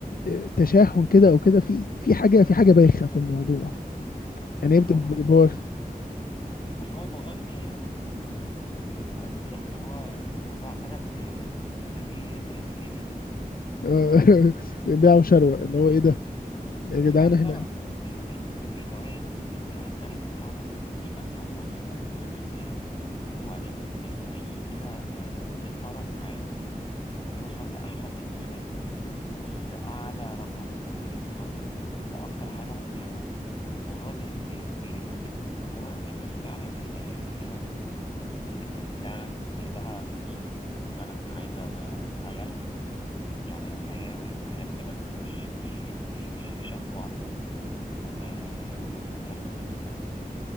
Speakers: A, on the left; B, on the left.
A: آه، تشاحن كده او كده في في حاجة في حاجة بايخة في الموضوع يعني
B: ما
A: يبدأ
B: هو بي
A: بواخ
B: اصل هو الموضوع بيقلب بيبقى تلاقي ان هو الموضوع قلب ل- لاتفاقيه لديل
A: <laughs> بيع وشروة اللي
B: مش
A: هو ايه ده يا جدعان
B: اللي بيع
A: احنا
B: شرع بالظبط مش مش مش جواز اصل الجواز ده الناس فعلا مش فاهمه الموضوع ده يعني هي وبعدين بيبقى فيه كده آه، في طرف عايز يوصل لاحسن اتفاق لاعلى رقم ممكن يوصل له لاكتر حاجه ممكن ياخدها الموضوع بي بي بيقلب كده انما الناس فعلا اللي اللي هي اللي اللي فعلا قلبها نظيف وفعلا عايزه عيالها يعملوا حياه ويبنوا حياه بجد مش مش مش مش يفشخوا بعض آه، ما بيتكلموش في الكلام ده